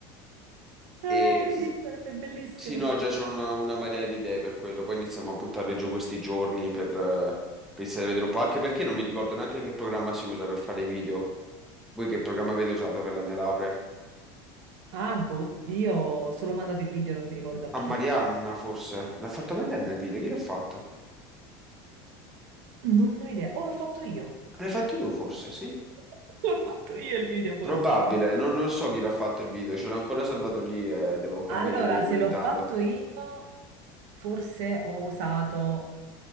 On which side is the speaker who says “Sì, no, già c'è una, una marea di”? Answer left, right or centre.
Centre